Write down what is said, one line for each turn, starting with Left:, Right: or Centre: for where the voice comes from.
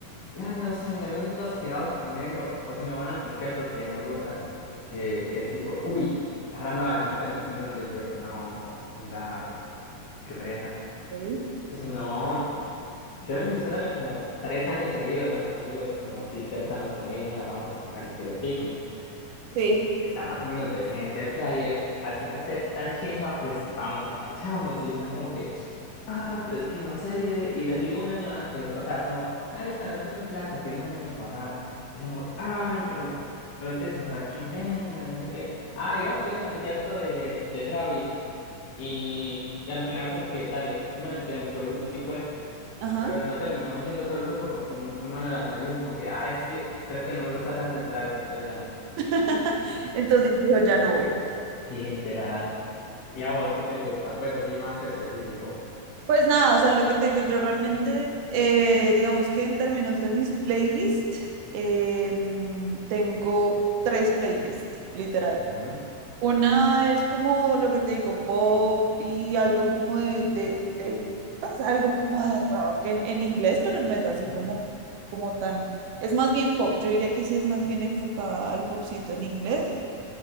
Left: ah, no sé, mis amigos son todos pegados con eso, o si no van a conciertos que no me gustan, que, que es tipo, uy, parranda vallenata, no sé en dónde yo, no, da, qué pereza.
Right: Sí.
Left: Si no, yo insistiéndole como tres años seguidos a mis amigos, como si cercanos, como, hey, nea, vamos al Estéreo Picnic. Está,
Right: Sí.
Left: está más o menos decente el flyer. Así no esté tan chimba, pues vamos y parchamos. Y son como que, ah, pero es que no sé. Y les digo un año antes, o sea, como, nada, listo, no tienen plata, tienen un año para ahorrar. Y son como, ay, pero, pero es que sin saber quién venga y no sé qué. Ah, y vamos a ir al concierto de, de Travis. Y, y al final como que, dale, uno de, de nuestro grupo sí fue.
Right: Ajá.
Left: Pero no terminamos yendo todo el grupo porque un, un man a la final dijo como que, ah, es que creo que no me gusta tanto el Travis, entonces ya no.
Right: <laughs> Entonces dijo, ya no voy.
Left: Sí, literal. ¿Y a vos qué te gusta? Pues así más específico.
Right: Pues nada, o sea, lo que te digo, yo realmente, eh, digamos que en términos de mis playlists, eh, mm, tengo tres playlists, literal.
Left: Ujú,
Right: Una es como lo que te digo, pop y algo como de, de, de, pues algo como de rock en, en inglés, pero no es así
Left: ujú.
Right: como, como tan, es más bien pop, yo diría que sí es más bien enfocada al popcito en inglés.